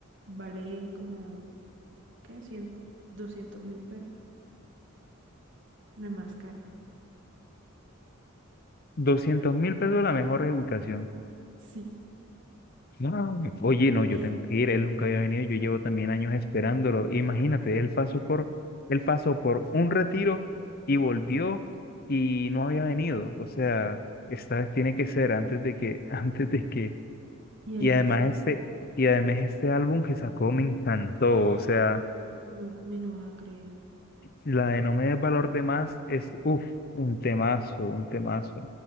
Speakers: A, on the right; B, on the left.
A: vale como, ¿qué? cien doscientos mil pesos. La máscara.
B: Doscientos mil pesos la mejor reubicación.
A: Sí.
B: No, oye, no, yo
A: Y hay,
B: tengo que ir, él nunca había venido, yo llevo también años esperándolo. Imagínate, él pasó por, él pasó por un retiro y volvió y no había venido. O sea, esta vez tiene que ser antes de que, <laughs> antes de que.
A: y hay
B: Y
A: dos
B: además
A: fechas.
B: este, y además este álbum que sacó me encantó.
A: ¡Ah!
B: O sea,
A: No me lo vas a creer.
B: la de No me des valor de más es, uff, un temazo, un temazo.